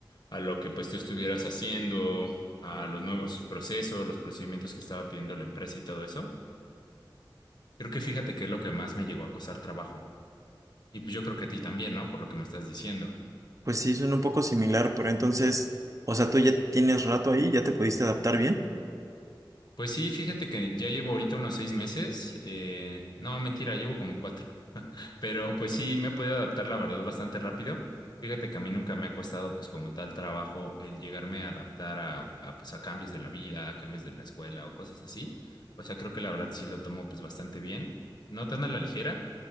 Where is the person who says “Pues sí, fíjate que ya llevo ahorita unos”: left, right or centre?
Left